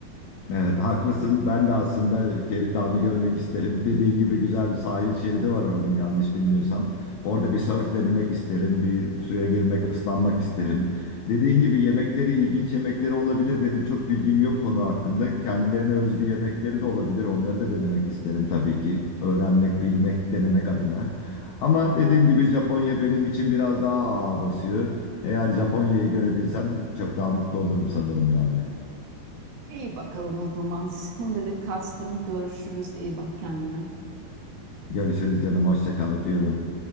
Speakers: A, on the left; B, on the right.
A: Evet haklısın. Ben de aslında Cape Town'u görmek isterim. Dediğin gibi güzel bir sahil şeridi var oranın yanlış bilmiyorsam. Orada bir surf denemek isterim. Bir suya girmek, ıslanmak isterim. Dediğin gibi yemekleri ilginç yemekleri olabilir. Benim çok bilgim yok konu hakkında. Kendilerine özgü yemekleri de olabilir. Onları da denemek isterim tabii ki. Öğrenmek, bilmek, denemek adına. Ama dediğim
B: Evet.
A: gibi Japonya benim için biraz daha ağır basıyor. Eğer Japonya'yı görebilsem çok daha mutlu olurum sanırım yani.
B: İyi bakalım o zaman. Şimdilik kaçtım. Görüşürüz. İyi bak kendine.
A: Görüşürüz canım. Hoşça kal. Öpüyorum.